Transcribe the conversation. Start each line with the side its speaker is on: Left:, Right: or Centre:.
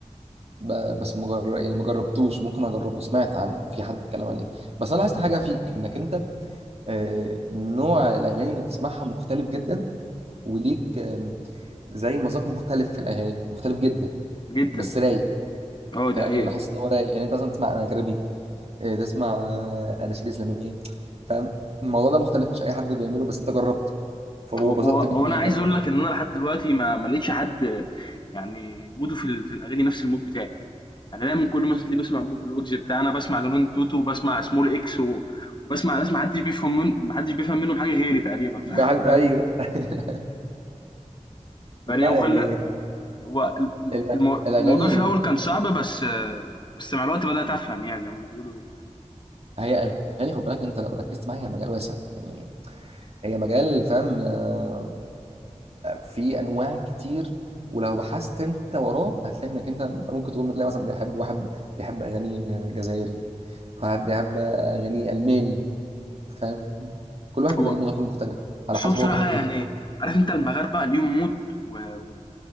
Right: ب... بس مجرد يعني ما جربتوش ممكن اجربه سمعت عنه في حد اتكلم عليه بس انا لاحظت حاجه فيك انك انت آه، نوع الاغاني اللي بتسمعها مختلف جدا وليك آم، زي مذاق مختلف في الاغاني مختلف جدا
Left: جدا
Right: بس رايق
Left: اه
Right: فاهم
Left: دي حقيقة
Right: يعني انا بحس ان هو رايق يعني انت اصلا تسمع انغربي آه، تسمع آه، اناشيد اسلاميه فاهم الموضوع ده مختلف مش اي حد بيعمله بس انت جربته فبسطت
Left: هو هو هو
Right: بيه
Left: انا عايز
Right: فاهم
Left: اقول لك ان انا لحد دلوقتي ما ما لقيتش حد يعني موده في ال- في الاغاني نفس المود بتاعي يعني انا دايما كل ما اللي بسمع بوب الوجز بتاعنا بسمع جنون توتو وبسمع سمول اكس و- وبسمع ناس ما حدش بيفهم من ما حدش بيفهم منهم حاجه غيري تقريبا <laughs>
Right: ما حد
Left: فاهم
Right: ايوه <laughs> لا
Left: يعني هو خل-
Right: يعني
Left: هو ال- ال-
Right: الأ-
Left: المو-
Right: الاغاني
Left: الموضوع في الاول كان صعب بس آه، بس مع الوقت بدات افهم يعني هم بيقولوا ايه فاهم
Right: هي اغاني خد بالك انت لو ركزت معايا هي مجال واسع يعني هي مجال فاهم آه، في انواع كتير ولو بحثت انت وراه هتلاقي انك انت ممكن تكون بتلاقي مثلا بيحب واحد بيحب اغاني جزائري واحد بيحب اغاني الماني فاهم كل واحد
Left: هو
Right: بيبقى ليه مذاق مختلف على
Left: بس
Right: حسب
Left: هو بصراحة
Right: هو بيحب
Left: يعني
Right: ايه
Left: عارف انت المغاربة ليهم مود و... و...